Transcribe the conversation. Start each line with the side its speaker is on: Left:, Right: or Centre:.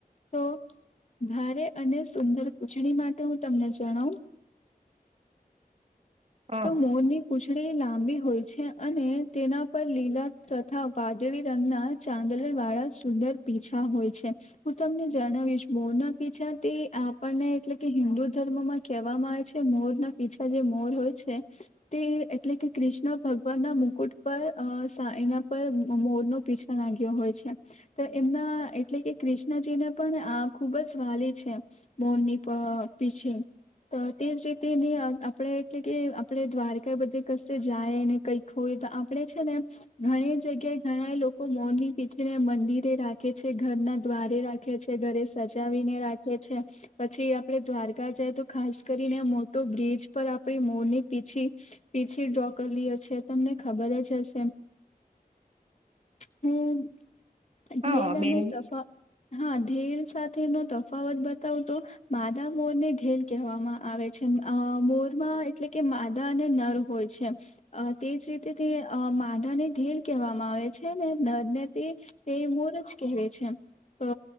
Left: તો ભારે અને સુંદર પૂછડી માટે હું તમને જણાવુ
Right: હ
Left: મોર ની પૂછડી લાંબી હોય છે અને તેના પર લીલા તથા વાદળી રંગના ચાંદલ વાળા સુંદર પીછા હોય છે. હું તમને જણાવીશ મો ના પીછા તે આપણને એટલે કે હિન્દુ ધર્મમાં કહેવામાં આવે છે મોર ના પીછા જે મોર હોય છે. તે એટલે કે કૃષ્ણ ભગવાન ના મુકુટ પર આ સા એના ઉપ માં મોર નો પીછા નાગ્યો હોય છે. તો એમના એટલે કે કૃષ્ણજીને પણ આ ખુબ જ વાલી છે. મોન ની પા પીછે તો તેજ રીતે આપણે એટલે કે આપણે દ્વારકા એ બધે કસે જાય ને કઈક હોય તો આપણે છે ને ઘણી જગ્યાએ ઘણા એ લોકો મોની પીંછ જેને મંદિરે રાખે છે ઘરના દ્વારે રાખે છે ઘરે સજાવીને રાખે છે. પછી આપડે દ્વારકા જાય તો ખાસ કરીને મોટો બ્રિજ પર આપણી મોરની પીછી પીછી ડ્રો કરીલી હશે તમને ખબર જ હશે.
Right: <inaudible>
Left: હું ઢેલ
Right: હા બેન
Left: અને તાફ હા ઢેલ સાથે નો તફાવત બતાવુ તો માદા મોર ને ઢેલ કહેવામાં આવે છે આ મોરમાં એટલે કે માદા અને નર હોય છે. અ તેજ રીતે તે અ મદ ને ઢીલ કહેવામાં આવે છે ને નર ને તે તે મોરજ કહેવે છે. તો